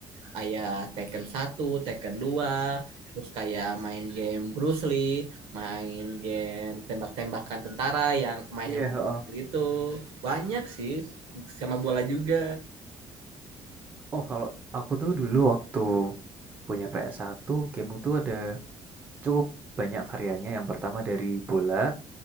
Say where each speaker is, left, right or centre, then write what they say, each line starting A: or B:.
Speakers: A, on the right; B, on the right.
A: kayak Tekken satu, Tekken dua terus kayak main game Bruce Lee main game tembak-tembakan tentara yang mainnya
B: iya,
A: main
B: Oh,
A: itu banyak sih sama bola juga
B: Oh, kalau aku tuh dulu waktu punya PS1, game itu ada cukup banyak variannya. Yang pertama dari bola,